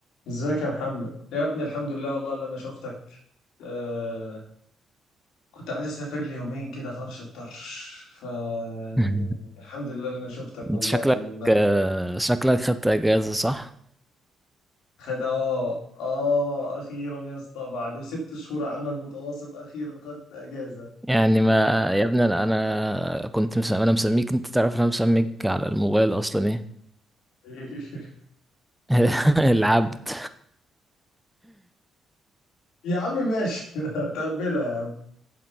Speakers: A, on the left; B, in the centre.
A: ازيك يا محمد يا ابني الحمد لله والله اللي انا شفتك آه كنت عايز اسافر لي يومين كده طرش الطرش ف يعني
B: <laughs>
A: الحمد لله اللي انا شفتك
B: انت
A: والله
B: شكلك
A: مل...
B: آه، شكلك خدت اجازه صح
A: خد اه اه اخيرا يا اسطى بعد ست شهور عمل متواصل اخيرا خدت اجازه
B: يعني ما يا ابني انا أنا كنت مس... انا مسميك انت تعرف انا مسميك على الموبايل اصلا ايه
A: <laughs>
B: <laughs> العبد
A: يا عم ماشي <laughs> تقبلها